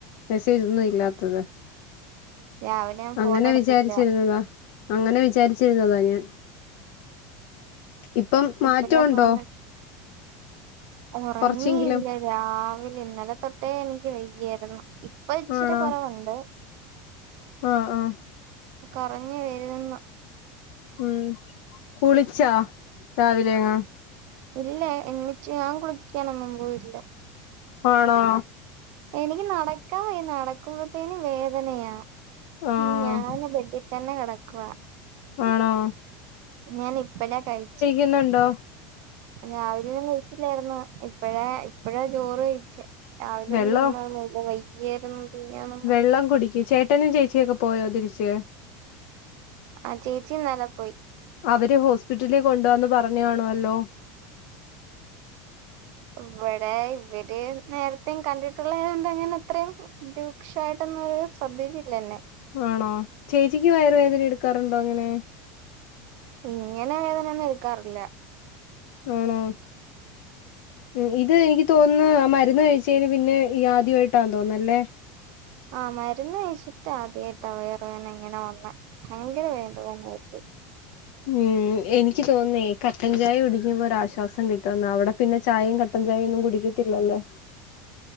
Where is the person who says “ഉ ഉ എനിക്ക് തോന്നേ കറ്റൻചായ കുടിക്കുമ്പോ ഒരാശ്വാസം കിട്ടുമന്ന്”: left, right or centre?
Left